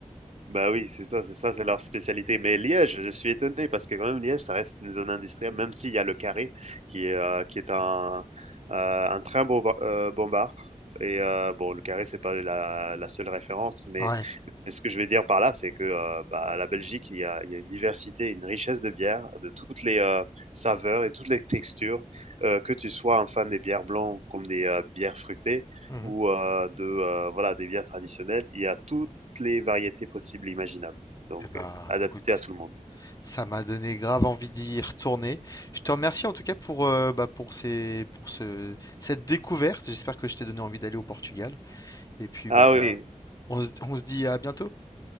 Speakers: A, on the right (about 55°); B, on the left (about 25°).
A: Bah oui, c'est ça, c'est ça, c'est leur spécialité. Mais Liège, je suis étonné parce que quand même Liège, ça reste une zone industrielle, même s'il y a le carré qui est, euh, qui est un, euh, un train bomba- euh, bombard. Et euh, bon, le carré, c'est pas la, la seule référence, mais,
B: Ouais.
A: mais ce que je veux dire par là, c'est que euh, bah, la Belgique, il y a, il y a une diversité, une richesse de bières, de toutes les euh, saveurs et toutes les textures. Euh, que tu sois un fan des bières blancs comme des euh, bières fruitées
B: Mhm.
A: ou euh, de euh, voilà des bières traditionnelles, il y a tout les variétés possibles et imaginables. Donc,
B: Eh bah,
A: euh, adapté
B: écoute,
A: à tout le monde.
B: ça m'a donné grave envie d'y retourner. Je te remercie en tout cas pour, euh, bah, pour ces, pour ce, cette découverte. J'espère que je t'ai donné envie d'aller au Portugal. Et puis,
A: Ah
B: bah,
A: oui,
B: on se on se dit à bientôt.